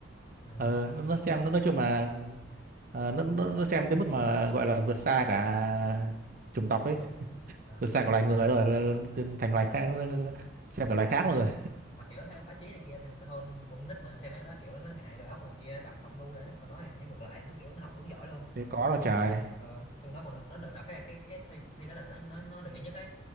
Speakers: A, on the left; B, on the right.
A: ừ.
B: ờ, nó, nó xem nó nói chung là ờ, nó, nó nó xem tới mức mà gọi là vượt xa cả
A: Ừ.
B: chủng tộc ấy
A: Ừ. À,
B: vượt xa cả loài người rồi nó- nó- nó thành loài khác nó, nó, nó xem cả loài khác luôn rồi
A: mà kiểu theo báo chí này kia thì hơn con nít mà xem mấy đó kiểu nó hại đầu óc này kia đọc học ngu nữa còn nó thì thấy ngược lại nó kiểu nó học đúng giỏi luôn
B: thế có đâu trời
A: xong ờ, xong nó còn được- nó được đọc cái cái cái thi cuộc thi đó là nó nó nó được giải nhất ấy